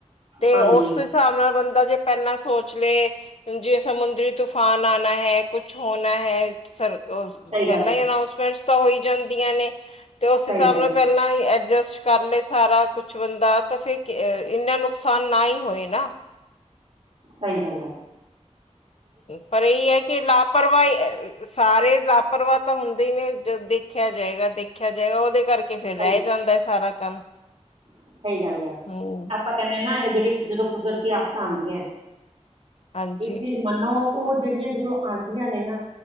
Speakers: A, on the left; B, on the right.
A: ਤੇ
B: ਹਾਂਜੀ
A: ਉਸ ਹਿਸਾਬ ਨਾਲ, ਬੰਦਾ ਜੇ ਪਹਿਲਾਂ ਸੋਚਲੇ ਜੇ ਸਮੁੰਦਰੀ ਤੂਫਾਨ ਆਣਾ ਹੈ, ਕੁਛ ਹੋਣਾ ਹੈ, ਸਰ ਔਰ
B: ਸਹੀ
A: ਪਹਿਲਾਂ
B: ਗੱਲ ਹੈ
A: ਹੀ ਅਨਾਉਸਮੈਂਟਸ ਤਾਂ ਹੋਈ ਜਾਂਦੀਆਂ ਨੇ, ਤੇ ਉਸ
B: ਸਹੀ
A: ਹਿਸਾਬ
B: ਗੱਲ
A: ਨਾਲ ਪਹਿਲਾਂ ਐਡਜਸਟ ਕਰਲਏ ਸਾਰਾ ਕੁਛ ਬੰਦਾ, ਤਾਂ ਫਿਰ ਇੰਨਾ ਨੁਕਸਾਨ ਨਾ ਹੀ ਹੋਏ ਨਾ।
B: ਸਹੀ ਗੱਲ ਐ।
A: ਪਰ ਇਹੀ ਐ, ਕਿ ਲਾਪਰਵਾਹੀ ਸਾਰੇ ਲਾਪਰਵਾਹ ਤਾਂ ਹੁੰਦੇ ਹੀ ਨੇ, ਦੇਖਿਆ ਜਾਇਗਾ, ਦੇਖਿਆ ਜਾਇਗਾ। ਉਹਦੇ ਕਰਕੇ ਕੇ ਫਿਰ ਰਹਿ
B: ਸਹੀ
A: ਜਾਂਦਾ ਹੈ, ਸਾਰਾ ਕੰਮ।
B: ਸਹੀ ਗੱਲ ਐ,
A: ਹਮ
B: ਆਪਾਂ ਕਹਿੰਦੇ ਆ ਨਾ, ਇਹ ਜਿਹੜੀ ਜਦੋਂ ਕੁਦਰਤੀ ਆਫਤਾਂ ਆਂਦੀਆਂ
A: ਹਾਂਜੀ
B: ਇੱਕ ਚੀਜ਼ ਮੰਨੋ, ਉਹ ਜਿਹੜੀਆਂ, ਜਦੋਂ ਆਂਦੀਆਂ ਨੇ, ਨਾ